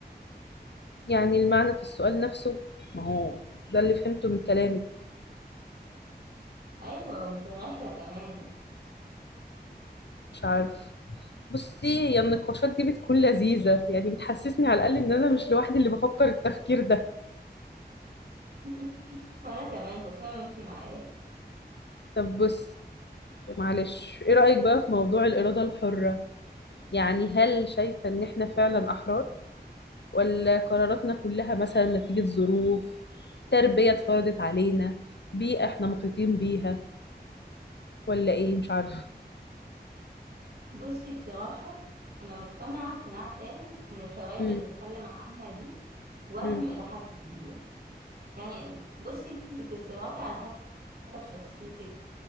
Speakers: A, on the left; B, on the right.
A: يعني المعنى في السؤال نفسه ما هو ده اللي فهمته من كلامك
B: أيوة وفي رحلة كمان
A: مش عارف بصي هي النقاشات دي بتكون لذيذة يعني بتحسسني على الأقل إن أنا مش لوحدي اللي بفكر التفكير ده
B: <laughs> وانا كمان خصوصا وانتي معايا
A: طب بصي معلش إيه رأيك بقى في موضوع الإرادة الحرة يعني هل شايفة إن إحنا فعلا أحرار ولا قراراتنا كلها مثلا نتيجة ظروف تربية اتفرضت علينا بيئة إحنا محيطين بيها ولا إيه مش عارفة
B: بصي بصراحة انا مقتنعة اقتناع تام ان الحرية
A: مم.
B: اللي بنتكلم عنها دي وهم
A: مم.
B: الى حد كبير يعني بصي انت بتتصرفي على حسب شخصيتك